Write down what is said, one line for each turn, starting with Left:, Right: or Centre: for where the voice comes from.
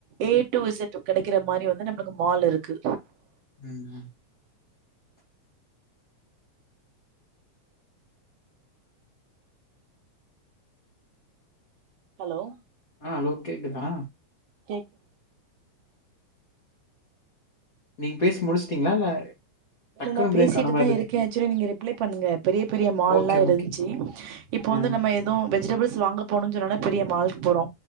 Right: ஏ டு இசட் ட்டு கெடைக்கிற மாரி வந்து நம்மளுக்கு மால் இருக்கு.
Left: ம் ம்
Right: ஹலோ
Left: ஆ ஹலோ கேக்குதா
Right: கேக்
Left: நீங் பேசி முடிச்சுட்டீங்களா இல்ல டக்குன்னு
Right: நா பேசிட்டுதா
Left: பிரேக் ஆன மாரி இருக்கு
Right: இருக்கே செரி நீங்க ரிப்ளே பண்ணுங்க பெரிய பெரிய மால்லா
Left: ஓகே
Right: இருந்துச்சு
Left: ஓகே
Right: இப் ப்போ
Left: ஆ
Right: வந்து நம்ம எதுவ் வெஜிடபிள்ஸ் ஸ் வாங்க போனுன் சொன்னோனே பெரிய மால்க்கு போறோ